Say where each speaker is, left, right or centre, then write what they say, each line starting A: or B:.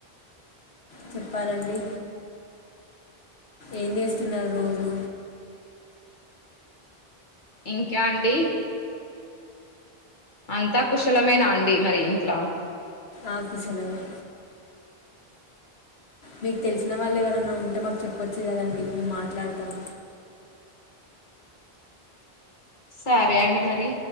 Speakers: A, on the left; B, on the left.
A: చెప్పాలండి ఏం చేస్తున్నారు రోజూ
B: ఇంకా అండి అంతా కుశలమేనా అండి మరి ఇంట్లా
A: ఆ కుశలమే మీక్ తెల్సిన వాళ్ళు ఎవరన్న ఉంటే మాకు చెప్పొచ్చు కదండి మేం మాట్లాడ్తాం
B: సరే అండి మరి